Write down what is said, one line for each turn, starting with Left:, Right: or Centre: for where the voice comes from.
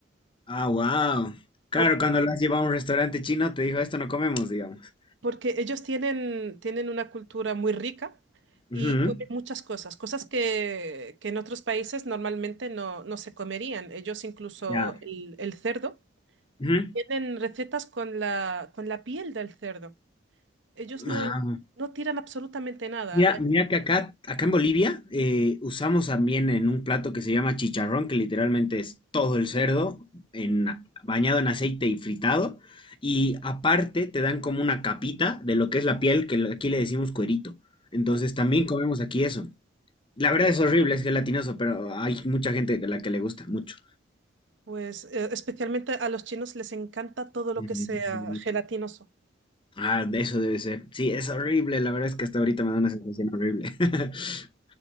Left: Ah, wow. Claro,
Right: porque,
Left: cuando lo has llevado a un restaurante chino, te dijo, esto no comemos, digamos.
Right: porque ellos tienen, tienen una cultura muy rica y
Left: Ujú,
Right: comen muchas cosas, cosas que, que en otros países normalmente no, no se comerían. Ellos incluso
Left: Ya.
Right: el, el cerdo.
Left: Ujú.
Right: Tienen recetas con la, con la piel del cerdo. Ellos no,
Left: Ah,
Right: no tiran absolutamente nada.
Left: Mira,
Right: Hay-
Left: mira que acá, acá en Bolivia eh, usamos también en un plato que se llama chicharrón, que literalmente es todo el cerdo en,
Right: Ujú.
Left: bañado en aceite y fritado. Y aparte te dan como una capita de lo que es la piel, que lo- aquí le decimos cuerito. Entonces también comemos aquí eso. La verdad es horrible, es gelatinoso, pero hay mucha gente a la que le gusta mucho.
Right: Pues eh, especialmente a los chinos les encanta todo lo
Left: Mm,
Right: que sea gelatinoso.
Left: Ah, de eso debe ser. Sí, es horrible. La verdad es que hasta ahorita me da una sensación horrible. <laughs>